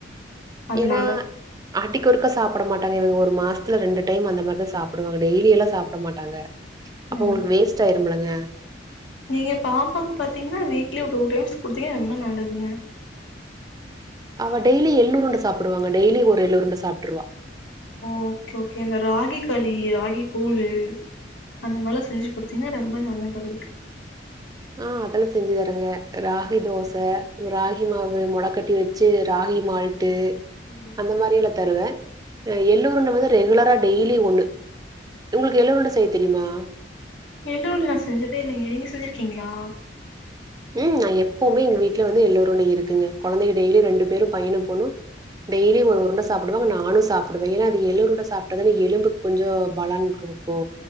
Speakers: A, on the left (about 85°); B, on the right (about 20°).
A: அதனால
B: ஏனா ஆட்டிக்கொருக்கா சாப்ட இவுங்க ஒரு மாசத்துல ரெண்டு டைம் அந்த மாரிதா சாப்டுவாங்க டெய்லியெல்லா சாப்ட மாட்டாங்க அப்ப
A: ம்
B: உங்ளுக்கு வேஸ்ட் ஆயிரும் இல்லங்க
A: நீங்க பாப்பாக்கு பாத்திங்ன்னா வீக்லி ஒரு டூ டைம்ஸ் குடுத்தீங்கனா ரொம்ப நல்லதுங்க
B: அவ டெய்லி எள்ளு உருண்ட சாப்டுவாங்க டெய்லி ஒரு எள்ளு உருண்ட சாப்ட்ருவா
A: ஓகே ஓகே இந்த ராகி களி ராகி கூளு அந்த மாரில்லா செஞ்சு குடுத்தீங்கான ரொம்ப நல்லது அவளுக்கு
B: அ அதெல்லா செஞ்சு தரங்க ராகி தோச ராகி மாவு மொளக்கட்டி வச்சு ராகி மால் ட்ரு
A: ம்
B: அந்த மாரில்லா தருவே எள்ளு உருண்ட வந்து ரெகுலரா டெய்லி ஒண்ணு ஒங்ளுக்கு எள்ளு உருண்ட செய்ய தெரியுமா
A: எள்ளு உருண்ட நா செஞ்சதே இல்லங்க நீங்க செஞ்சிருக்கீங்ளா
B: ம் நா எப்பவுமே எங்க வீட்ல வந்து எள்ளு உருண்ட இருக்குங்க கொழந்தைங்க டெய்லி ரெண்டு பேரு பையனு பொண்ணு டெய்லி ஒரு உருண்ட சாப்டுவே நானு சாப்டுவே ஏன அது எள்ளு உருண்ட சாப்ட்டதானே எலும்பு கொஞ்சோ பலன் கொடுக்கு